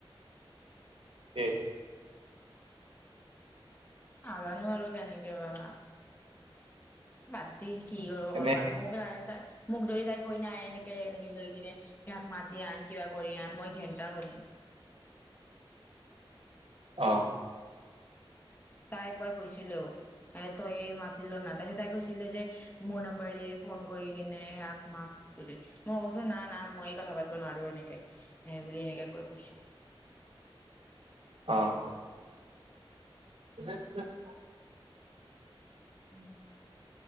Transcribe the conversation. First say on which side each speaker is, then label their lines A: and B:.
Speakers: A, on the right; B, on the left.
A: কে
B: নাজানো আৰু কেনেকে পাবা বাদি কি কৰিব কব
A: এনে
B: আৰু মোক ত তাই মোক যদি তাই কৈ নাই এনে কেএনেকে কৰি কিনে ইয়াত মাততি আন কিবা কৰি আন মই ঘেণ্টা হল
A: অহ
B: তাই একবাৰ কৈছিলেও এ তইয়ে মাতিল না তাই তাই কৈছিলে যে মোৰ নম্বাৰ ফোন কৰি কিনে সয়াক মাত বুলি মই কৈছো না না ময়ে কথা পাতিব নোৱাৰো এনেকে এ বুলি এনেকে ক কৈছো
A: অহ আ <unintelligible>
B: উম